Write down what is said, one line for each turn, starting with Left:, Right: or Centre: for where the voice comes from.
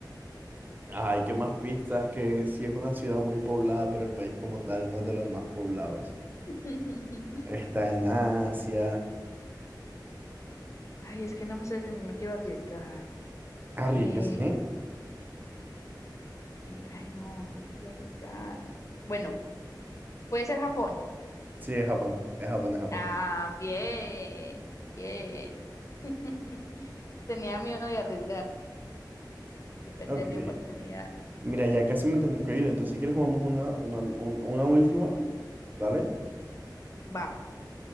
Right: ay qué más pistas que si es una ciudad muy poblada, pero el país como tal no es de los más poblados.
Left: <laughs>
Right: Está en Asia.
Left: Ay, es que no sé si me quiero arriesgar.
Right: Arriesgue,
Left: Eh,
Right: ¿sí?
Left: eh, ay, no, no me quiero arriesgar. Bueno, puede ser Japón.
Right: Sí, es Japón. Es Japón, es Japón.
Left: Ah, bien, bien. <laughs> Tenía miedo de arriesgarme, de perder
Right: Ok.
Left: mi oportunidad.
Right: Mira, ya casi me tengo que ir, entonces si quieres jugamos una, una, un- una última, ¿dale?
Left: Va,